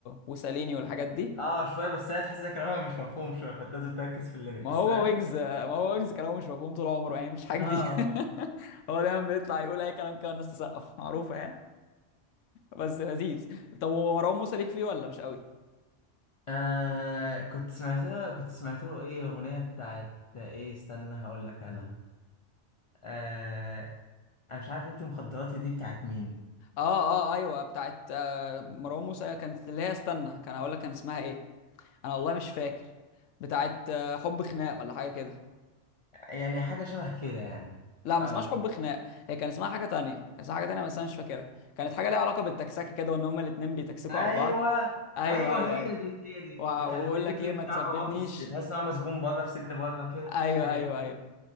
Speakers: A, on the left; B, on the left.
A: وساليني والحاجات دي
B: اه شوية بس هي تحس إن كلامها مش مفهوم شوية فأنت لازم تركز في الليركس
A: ما هو
B: فاهم؟
A: ويجز ما هو ويجز كلامه مش مفهوم طول عمره يعني مش حاجه
B: اه
A: دي
B: آه.
A: <laughs> هو دايما بيطلع يقول اي كلام كده الناس تسقف معروفه يعني بس لذيذ طب هو مروان موسى ليك فيه ولا مش قوي
B: آه، كنت سمعت له كنت سمعت له إيه أغنية بتاعت إيه استنى هقول لك أنا آه انا مش عارف انت مخدراتي دي بتاعت مين
A: اه اه ايوه بتاعت آه مروان موسى كانت اللي هي استنى كان هقول لك كان اسمها ايه انا والله مش فاكر بتاعت آه حب خناق ولا حاجه كده
B: يعني حاجه شبه كده يعني
A: لا ما
B: اه
A: اسمهاش حب خناق هي كان اسمها حاجه تانية كان اسمها حاجه تانية بس انا مش فاكرها كانت حاجه ليها علاقه بالتكسكه كده وان هما الاتنين بيتكسكوا
B: ايوه
A: على بعض ايوه
B: ايوه
A: ايوه
B: هي
A: ايوه
B: دي هي دي
A: وع-
B: اللي
A: وبقول
B: كان الفيديو
A: لك
B: كليب
A: ايه ما
B: بتاعها
A: تثبتنيش
B: هو في الس... تحس ان هو مسجون بره في سجن بره كده
A: ايوه
B: حاجه
A: ايوه
B: غريبة.
A: ايوه